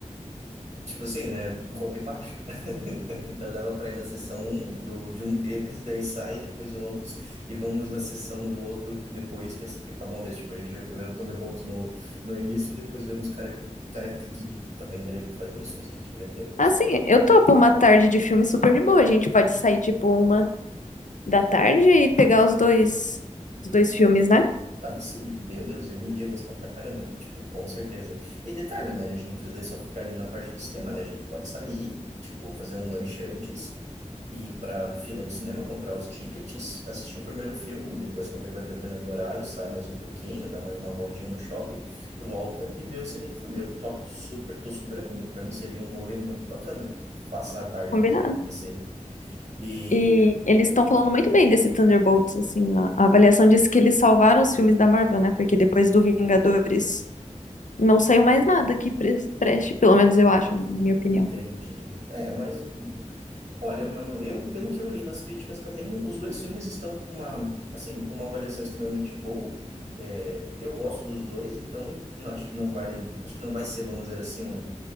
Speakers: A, on the right (about 75°); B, on the left (about 85°).
A: Tipo assim, né? Golpe baixo. <laughs> Já Dava para ir na sessão um do, de um deles, e daí sai, depois vamos, e vamos na sessão do outro depois que, que acabam desse. Tipo, a gente vê primeiro Thunderbolt no, no início, e depois vemos Karate, Karate Kid. Também daria para fazer isso, né? Se a gente tiver tempo de
B: Ah, sim, eu topo uma tarde de filme super de boa. A gente pode sair, tipo, uma da tarde e pegar os dois, os dois filmes, né?
A: Ah, sim, meu Deus, eu ia gostar pra caramba, tipo, com certeza. E detalhe, né, a gente não precisa daí só ficar ali na parte do cinema, né, a gente pode sair, tipo, fazer um lanche antes, ir pra fila do cinema, comprar os tickets, assistir o primeiro filme, depois qualquer coisa, dependendo do horário, sai mais um pouquinho, dá mais uma voltinha no shopping, volta e vê o segundo filme. Eu topo super, tô super afim, pra mim seria um rolê muito bacana, passar a tarde
B: Combinado.
A: no cinema, assim. E
B: E eles estão falando muito bem desse Thunderbolts, assim, a a avaliação disse que eles salvaram os filmes da Marvel, né? Porque depois do Vingadores não saiu mais nada que pre- preste, pelo menos eu acho, né? Na minha opinião.
A: Entendi. É, mas Olha, mano, eu, pelo que eu li nas críticas também, os dois filmes estão com uma, assim, com uma avaliação extremamente boa. É, eu gosto dos dois, então não, acho que não vale, acho que não vai ser, vamos dizer assim, um